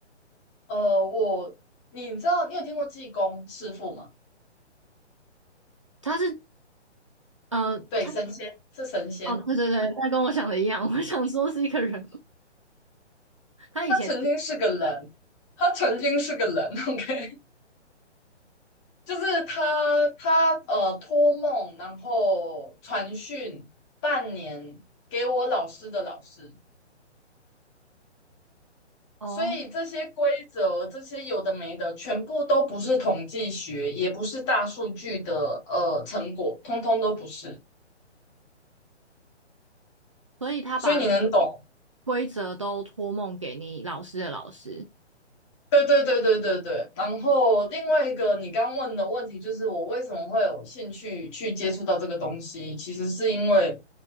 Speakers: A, on the left (about 25°); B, on the right (about 30°).
A: 呃，我你知道你有听过济公师傅吗？
B: 他是呃，
A: 对，
B: 他
A: 神仙是神仙，
B: 哦，对对对，他跟我想的一样，我想说是一个人，<laughs> 他以前。
A: 他曾经是个人，他曾经是个人，OK，<laughs> 就是他他呃托梦，然后传讯半年给我老师的老师。
B: 哦，
A: 所以这些规则，这些有的没的，全部都不是统计学，也不是大数据的呃成果，通通都不是。
B: 所以他把
A: 所以你能懂？
B: 规则都托梦给你老师的老师。
A: 对对对对对对，然后另外一个你刚问的问题就是我为什么会有兴趣去接触到这个东西，其实是因为，